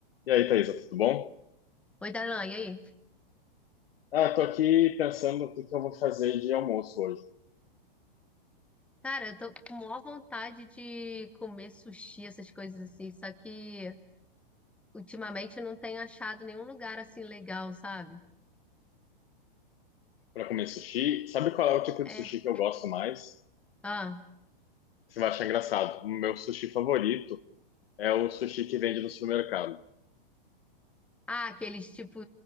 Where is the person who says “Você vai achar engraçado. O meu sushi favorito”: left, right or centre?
Left